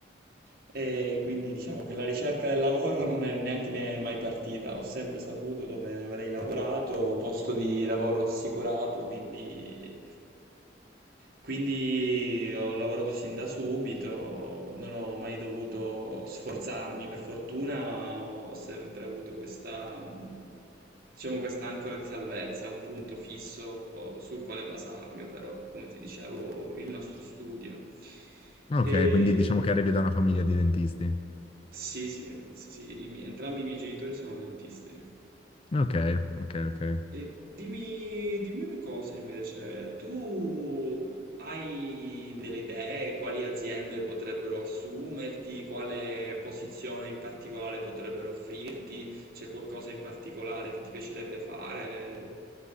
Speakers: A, on the right; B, on the left.
A: E quindi diciamo che la ricerca del lavoro non è neanche ne- mai partita. Ho sempre saputo dove avrei lavorato, posto di lavoro assicurato, quindi, quindi ho lavorato sin da subito, non ho mai dovuto sforzarmi. Per fortuna ho sempre avuto questa, mh, diciamo, questa ancora di salvezza, un punto fisso sul quale basarmi, ovvero, come ti dicevo, il nostro studio.
B: Ok,
A: E
B: quindi diciamo che arrivi da una famiglia di dentisti.
A: sì, sì, eh, sì, sì, i mi- entrambi i miei genitori sono dentisti.
B: Ok, ok, ok.
A: E dimmi, dimmi una cosa invece, tu hai delle idee quali aziende potrebbero assumerti, quale posizione in particolare potrebbero offrirti, c'è qualcosa in particolare che ti piacerebbe fare?